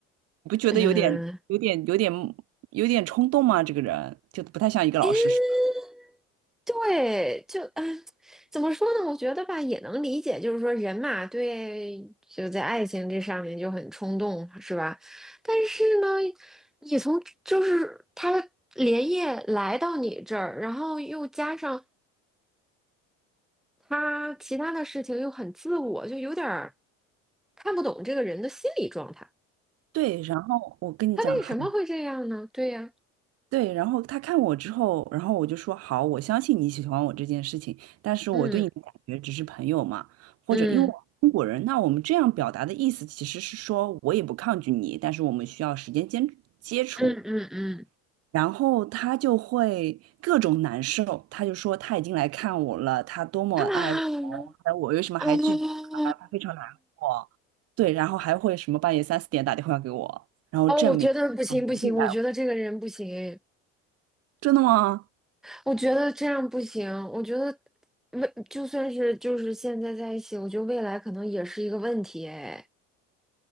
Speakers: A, on the right (about 55°); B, in the centre.
A: 你不觉得有点有点有点有点冲动吗？
B: 嗯。
A: 这个人就不太像一个老实人。
B: 嗯对，就嗯，哎怎么说呢？我觉得吧，也能理解，就是说人嘛，对，就在爱情这上面就很冲动，是吧？但是呢，你从就是他连夜来到你这儿，然后又加上他其他的事情又很自我，就有点儿看不懂这个人的心理状态，
A: 对，然后我跟你讲，
B: 他为什么会这样呢？
A: 还。
B: 对呀，
A: 对，然后他看我之后，然后我就说好，我相信你喜欢我这件事情，但是我对你的感觉只是朋友嘛，
B: 嗯
A: 或者因为我是中国人，
B: 嗯
A: 那我们这样表达的意思其实是说我也不抗拒你，但是我们需要时间接接触。
B: 嗯嗯嗯，
A: 然后他就会各种难受，他就说他已经来看我了，他多么爱我，
B: <laughs> 啊。
A: 但我为什么还拒绝他？
B: 哦
A: 他非常难过。对，然后还会什么半夜三四点打电话给我，我证明他很爱爱我。
B: 哦，我觉得不行不行，我觉得这个人不行，
A: 真的吗？
B: 我觉得这样不行，我觉得未就算是就是现在在一起，我觉得未来可能也是一个问题哎。